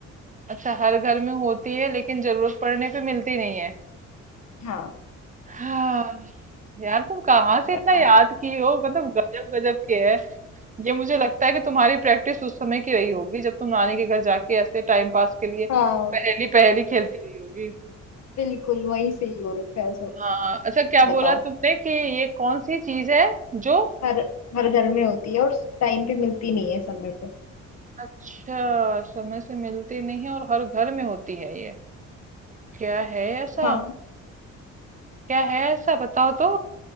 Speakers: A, on the right; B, on the left.
A: अच्छा हर घर में होती है लेकिन जरूरत पड़ने पे मिलती नहीं है
B: हाँ
A: हाँ यार तुम कहाँ से
B: बताओ
A: इतना याद की हो मतलब गजब गजब के है ये मुझे लगता है कि तुम्हारी प्रैक्टिस उस समय की रही होगी जब तुम नानी के घर जाके ऐसे टाइम पास के लिए
B: हाँ
A: पहेली पहेली खेलती रही होगी
B: बिल्कुल वही सही हो रखा है सब
A: हाँ अच्छा क्या
B: बताओ
A: बोला तुमने कि ये कौन सी चीज है जो
B: हर हर घर में होती है और टाइम पे मिलती नहीं है समय पे
A: अच्छा समय से मिलती नहीं है और हर घर में होती है ये क्या है ऐसा
B: हाँ
A: क्या है ऐसा बताओ तो